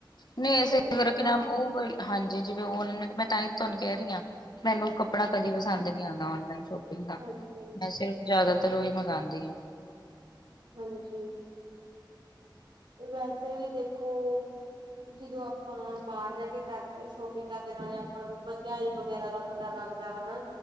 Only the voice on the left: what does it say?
ਨਹੀਂਰ
ਕੀ ਨਾਮ ਉਹ ਹਾਂਜੀ ਜਿਵੇਂ ਉਹ ਨੇ ਮੈਂ ਤਾਂ ਹੀ ਤੁਹਾਨੂੰ ਕਹਿ ਰਹੀ ਹਾਂ। ਮੈਨੂੰ ਕੱਪੜਾ ਕਦੀ ਪਸੰਦ ਨਹੀਂੀ ਆਉਂਦਾ ਨਲਾਈਨ ਸ਼ੋਪਿੰਗ ਦਾ
ਮੈਂ ਸਿਰਫ ਜ਼ਿਆਦਾ ਤਾਂ ਰੋਜ਼ ਮੰਗਵਾਉਂਦੀ ਆ।